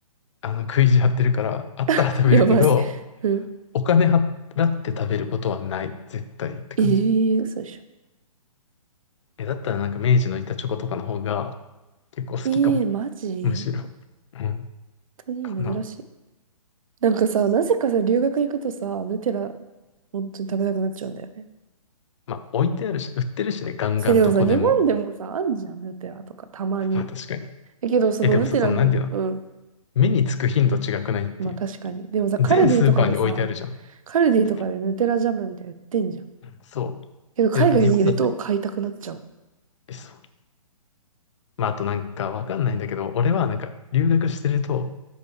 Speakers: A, on the left (about 50°); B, on the right (about 65°).
A: あの、食い意地張ってるから、あったら食べるけど、
B: <laughs> やばい。うん。
A: お金払って食べることはない、絶対って感じ。
B: ええー、嘘でしょ。
A: え、だったらなんか明治の板チョコとかの方が結構好きかも。
B: ええー、マジ
A: むしろ。うん。
B: 本当に珍しい。
A: かな。
B: なんかさ、なぜかさ、留学行くとさ、ヌテラ、本当に食べたくなっちゃうんだよね。
A: まあ置いてあるし、売ってるしね、ガンガンどこでも。
B: え、でもさ、日本でもさ、あんじゃん、ヌテラとか、たまに。
A: まあ確かに。
B: え、けど、そのヌテラの、
A: え、でもさ、そのなんていうの、
B: うん、
A: 目につく頻度違くないっていう。
B: まあ確かに。でもさ、カルディとかでさ、
A: 全スーパーに置いてあるじゃん。
B: カルディとかでヌテラジャムみたいな売ってんじゃん。
A: そう。そうでもさ、
B: けど、海外にいると買いたくなっちゃう。
A: 日本だって、えそう。まああとなんかわかんないんだけど、俺はなんか留学してると、